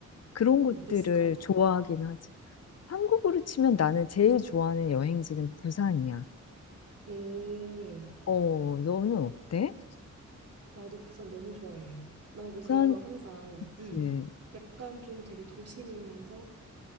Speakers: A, on the left; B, on the right.
A: 그런
B: 그럼
A: 곳들을
B: 어디 있을까?
A: 좋아하긴 하지. 한국으로 치면 나는 제일 좋아하는 여행지는 부산이야.
B: 음,
A: 어, 너는 어때?
B: 나도 부산 너무 좋아해. 나도
A: 부산,
B: 그래서 항상,
A: 그치.
B: 음,
A: 음,
B: 약간 좀 되게 도심이면서